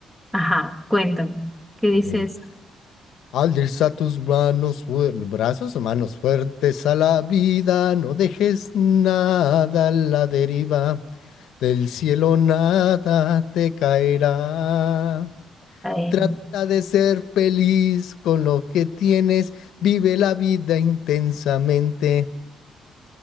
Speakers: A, in the centre; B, on the left (about 80°).
A: ajá, cuéntame, ¿qué
B: La
A: dices?
B: de Al Alza tus manos, fuer- brazos, manos fuertes a la vida, no dejes nada a la deriva, del cielo nada te caerá.
A: ¡Wow!
B: Trata de ser feliz con lo que tienes, vive la vida intensamente,